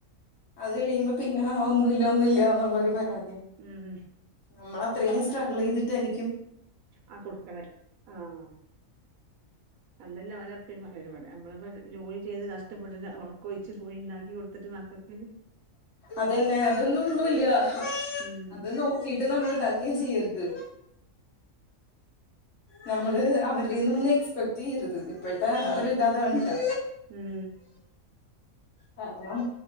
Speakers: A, on the left; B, on the right.
A: അത് കഴിയുമ്പോ പിന്നാ ഒന്നുല്ല ഒന്നുല്ലാന്നുള്ളൊരു പരാതിയാ
B: ഉം
A: നമ്മള അത്രേം സ്ട്രഗിളെയ്തിട്ടായിരിക്കും.
B: ആ കൊടുക്കണ് ആഹ് അതന്നേ ഓലെപ്പഴും പറയല്ബടെ നമ്മളപ്പോ ജോലി ചെയ്ത് കഷ്ടപ്പെടുക. ഒറക്കൊഴിച്ച് പോയി ണ്ടാക്കി കൊടുത്തിട്ട് മക്കക്ക്
A: അതന്നെ അതൊന്നും ഒന്നുംല്ല്യ
B: ഉം
A: അത് നോകീട്ട് നമ്മൾ ഇതാക്കേം ചെയ്യരുത് നമ്മള് അവര്ടെന്ന് ഒന്നും എക്സ്പെക്റ്റെയ്യരുത് ഇപ്പോഴത്തെ
B: ഉം
A: ഒരു ത് താണ് ട്ടോ
B: ഉം
A: കാരണം